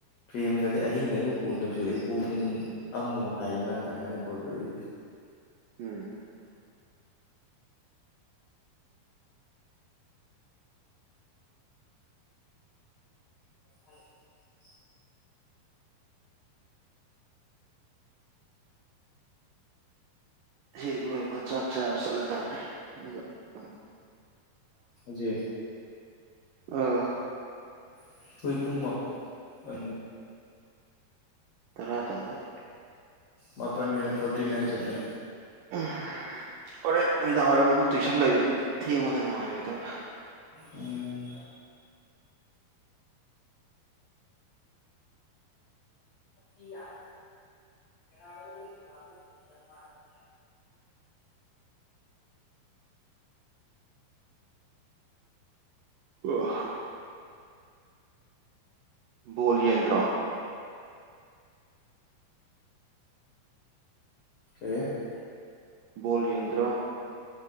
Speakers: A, on the left; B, on the right.
A: ꯄ꯭ꯔꯦꯝꯒꯗꯤ ꯑꯍꯤꯡꯗ ꯀꯣꯜ ꯇꯧꯁꯤꯜꯂꯛꯏ ꯄꯨꯡ ꯑꯃ ꯃꯈꯥꯏꯅꯤ ꯃꯥꯟ ꯇꯥꯔꯒꯥꯟꯗ ꯀꯣꯜ ꯇꯧꯔꯛꯏꯁꯦ
B: ꯎꯝ
A: ꯍ <unintelligible> <inaudible>
B: ꯍꯦꯛ ꯂꯣꯏꯕ ꯆꯥꯛ ꯆꯥꯕ ꯆꯠꯂꯗꯕꯅꯤ ꯑꯗꯨꯒ ꯑꯗꯨꯝ
A: ꯖꯤ
B: ꯑꯥ
A: ꯑꯩꯈꯣꯏ ꯄꯨꯡ ꯃꯥꯄ
B: ꯇꯔ ꯇꯗꯔ
A: ꯃꯥꯄꯟ ꯃꯤꯅꯠ ꯐꯣꯔꯇꯤ ꯅꯥꯏꯟ ꯆꯠꯂꯦ
B: ꯑ <unintelligible> <inaudible> ꯍꯣꯔꯦꯟ ꯅꯨꯃꯤꯗꯥꯡ ꯋꯥꯏꯔꯝ ꯑꯃꯨꯛ ꯇꯨꯏꯁꯜꯂꯛꯏꯕ ꯑꯗꯨꯒꯤ ꯊꯦꯡꯉꯗ ꯅꯨꯡꯉꯥꯏꯔꯣꯏꯗꯕ
A: ꯎꯝ ꯌꯥ ꯦ ꯁꯔꯃ <unintelligible> <inaudible>
B: ꯋꯥ <unintelligible> <inaudible> ꯕꯣꯜ ꯌꯦꯡꯗ꯭ꯔꯥ
A: ꯑꯦ <unintelligible> <inaudible>
B: ꯕꯣꯜ ꯌꯦꯡꯗ꯭ꯔꯣ